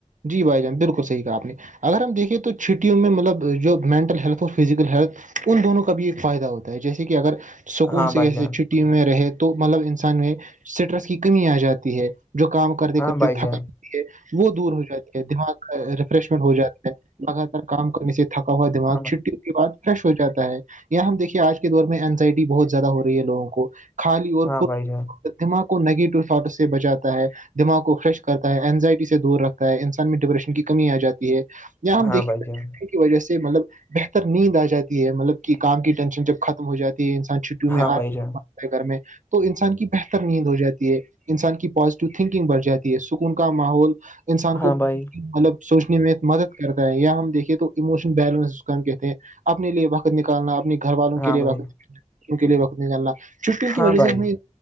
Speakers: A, on the right; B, on the left.
A: جی بھائی جان بالکل صح کہ آپ نے اگر ہم دیکھیں تو چھٹیوں میں مطلب جو مینٹل ہیلتھ اور فزیکل ہیلتھ ان دونوں کا بھی ایک فائدہ ہوتا ہے جیسے کہ اگر سکون
B: ہاں بھائی
A: سے جیسے
B: جان
A: چھٹی میں رہے تو مطلب انسان میں اسٹرس کی کمی آ جاتی ہے جو کام کرتے
B: ہاں
A: کرتے
B: بھائی جان
A: تھکا ہے وہ دور ہو دماغ کا ریفریشمنٹ ہو جاتا ہے لگاتار کام کرنے سے تھکا ہوا دماغ
B: ہاں بھائی
A: چھٹی بعد فریش ہو جاتا ہے ہم دیکے آج کے دور میں اینزائٹی بہت زیادہ ہو رہی ہے لوگوں کو خالی اور
B: ہاں
A: پ
B: بھائی جان
A: دماغ کو نیگیٹو تھٹس سے بچاتا ہے دماغ کو فریش کرتا ہے اینزائٹی سے دور رکھتا انسان میں ڈپریشن کی کمی آ جاتی ہے یہاں ہم
B: ہاں
A: دیکھے
B: بھائی
A: ب
B: جان
A: وجہ سے مطلب بہتر نیند آ جاتی ہے مطلب کہ کام کی ٹینشن جب ختم ہو جاتی ہے انسان چھٹیوں میں
B: ہاں
A: آ
B: بھائی
A: رہا
B: جان
A: ہے گھر میں تو انسان کی بہتر نیند ہو جاتی ہے انسان کی پازیٹیو تھنکنگ بڑھ جاتی ہے سکون کا ماحول انسان کو
B: ہاں
A: مطلب
B: بھائی
A: سوچنے میں مدد کرتا ہے یا ہم دیکھیے تو ایموشنل بیلنس اس کا ہم کہتے ہیں اپنے لیے وقت نکالنا اپنے گھر والوں
B: ہاں
A: کے لیے
B: بھائی
A: وقتوں کے لیے وقت نہیںکلنا چھٹٹی کی
B: ہاں
A: وجہ سے
B: بھائی
A: انہیں